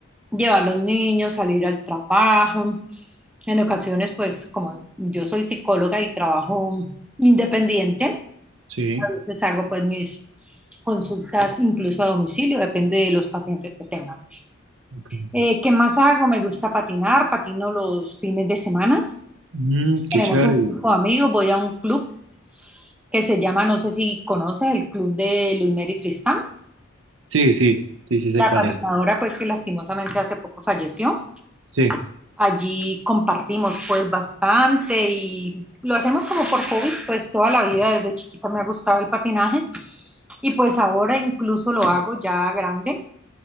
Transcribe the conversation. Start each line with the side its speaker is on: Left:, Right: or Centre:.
Centre: llevar a los niños, salir al trabajo. En ocasiones, pues como yo soy psicóloga y trabajo independiente,
Right: Sí.
Centre: a veces hago pues mis consultas incluso a domicilio, depende de los pacientes que tenga.
Right: ok.
Centre: Eh, ¿qué más hago? Me gusta patinar, patino los fines de semana.
Right: Mm, qué
Centre: Tenemos
Right: chévere.
Centre: un grupo de amigos, voy a un club que se llama, no sé si conoces, el club de Luis Luzmeri Tristán,
Right: Sí, sí, sí, sí sé
Centre: la
Right: cuál
Centre: patinadora
Right: es.
Centre: pues que lastimosamente hace poco falleció.
Right: Sí,
Centre: Allí compartimos pues bastante y lo hacemos como por hobby, pues toda la vida desde chiquita me ha gustado el patinaje y pues ahora incluso lo hago ya grande.